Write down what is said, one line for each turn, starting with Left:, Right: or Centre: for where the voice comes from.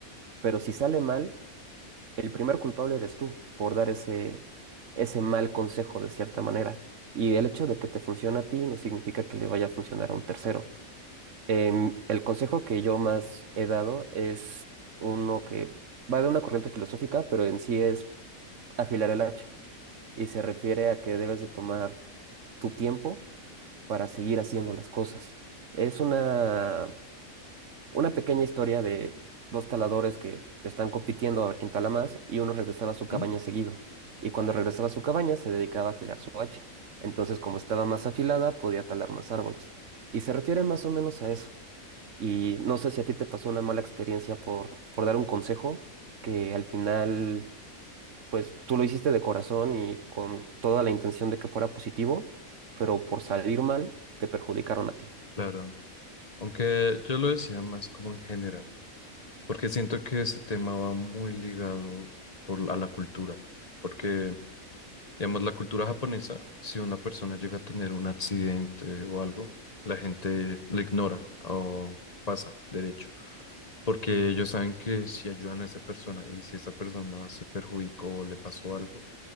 Right: Pero si sale mal, el primer culpable eres tú por dar ese, ese mal consejo de cierta manera. Y el hecho de que te funcione a ti no significa que le vaya a funcionar a un tercero. Em, el consejo que yo más he dado es uno que va de una corriente filosófica, pero en sí es afilar el hacha. Y se refiere a que debes de tomar tu tiempo para seguir haciendo las cosas. Es una una pequeña historia de dos taladores que están compitiendo a ver quién tala más y uno regresaba a su cabaña
Left: ¿Mm?
Right: seguido. Y cuando regresaba a su cabaña se dedicaba a afilar su hacha. Entonces, como estaba más afilada, podía talar más árboles. Y se refiere más o menos a eso. Y no sé si a ti te pasó una mala experiencia por, por dar un consejo que al final, pues tú lo hiciste de corazón y con toda la intención de que fuera positivo, pero por salir mal, te perjudicaron a ti.
Left: Claro. Aunque yo lo decía más como en general. Porque siento que ese tema va muy ligado por, a la cultura. Porque, digamos, la cultura japonesa, si una persona llega a tener un accidente o algo, la gente le ignora o pasa derecho. Porque ellos saben que si ayudan a esa persona y si esa persona se perjudicó o le pasó algo,